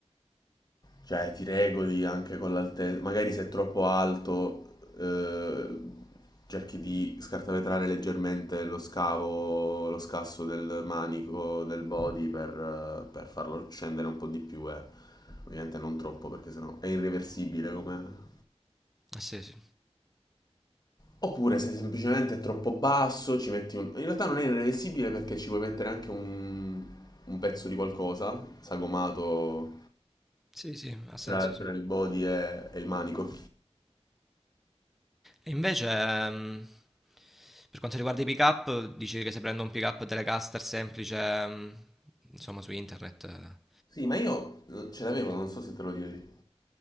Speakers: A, on the left; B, in the centre.
A: cioè, ti regoli anche con l'altezza. Magari se è troppo alto, eh, cerchi di scartavetrare leggermente lo scavo, lo scasso del manico, del body per, eh, per farlo scendere un po' di più. eh. Ovviamente non troppo, perché sennò è irreversibile come.
B: Eh sì, sì,
A: Oppure se semplicemente è troppo basso, ci metti un... In realtà non è irreversibile perché ci puoi mettere anche un, un pezzo di qualcosa sagomato
B: sì, sì, ha senso,
A: tra, tra
B: sì.
A: il body e e il manico.
B: E invece, ehm, per quanto riguarda i pick up, dici che se prendo un pick up Telecaster semplice, ehm, insomma, su internet, eh,
A: Sì, ma io eh, ce l'avevo, non so se te lo chiedi.